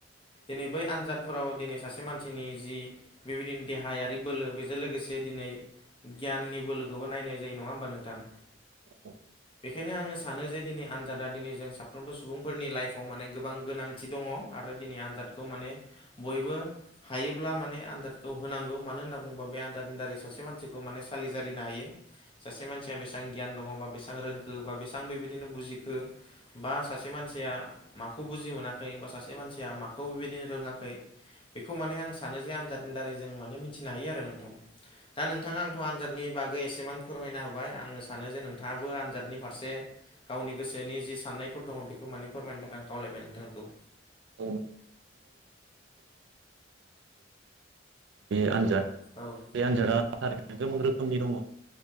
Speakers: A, on the left (about 30°); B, on the right (about 65°).
A: दिनै बै आनजादफोराव दिनै सासे मानसिनि जि बेबायदिनो देहायारि बोलो बेजों लोगोसे दिनै गियाननि बोलोखौबो नायनाय जायो नङा होमबा नोंथां।
B: औव।
A: बेखायनो आङो सानो जे दिनै आनजादा दिनै जों साफ्रोमबो सुबुंफोरनि लाइफआव माने गोबां गोनां थि दङ आरो दिनै आनजादखौ माने बयबो हायोब्ला माने आनजादखौ होनांगौ मानो होनना बुङोबा बे आनजादनि दारै सासे मानसि माने सालिजारिनो हायो। सासे मानसिया बेसेबां गियान दङ बा बेसेबां रोंखो बा बेसेबां बेबायदिनो बुजिखो बा सासे मानसिया माखौ बुजि मोनाखै बा सासे मानसिया माखौ बेबायदिनो रोङाखै। बेखौ माने आं सानो जे आनजादनि दारै जों माने मिथिनो हायो आरो नोंथां दा नों नोंथाङा आंथ' आनजादनि बागै एसेमान फोरमायना होबाय आङो सानो जे नोंथाङाबो आनजादनि फारसे गावनि गोसोनि जि साननायफोर दङ बेखौ माने फोरमायनो थाखाय आं खावलायबाय नोंथांखौ
B: <inaudible> बे आनजाद
A: औव।
B: <inaudible> गोबां रोखोमनि दङ